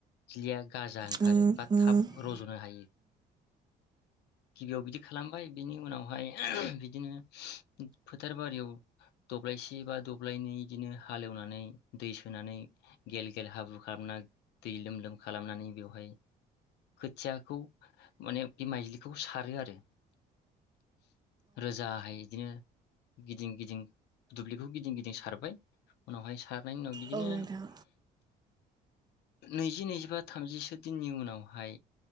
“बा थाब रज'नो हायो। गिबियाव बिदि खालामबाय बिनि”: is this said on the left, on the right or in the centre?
Left